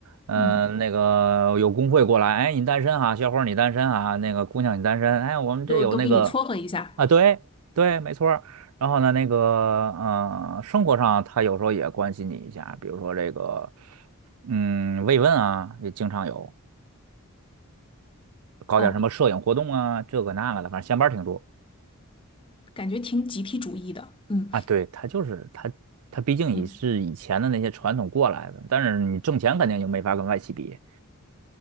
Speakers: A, on the right; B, on the left.
A: 嗯、
B: 嗯，
A: 那个有工会过来，哎，你单身啊，小伙儿你单身啊，那个姑娘你单身，哎，我们这有那个
B: 就都给你撮合一下，
A: 啊，对对，没错儿然后呢，那个嗯、呃生活上他有时候也关心你一下，比如说这个嗯慰问啊，也经常有，搞点什么摄影活动啊，
B: 哦，
A: 这个那个的，反正下班儿挺多。
B: 感觉挺集体主义的，嗯
A: 啊，对，他就是他，他毕竟也是以前的那些传统过来的，
B: 嗯
A: 但是你挣钱肯定就没法跟外企比。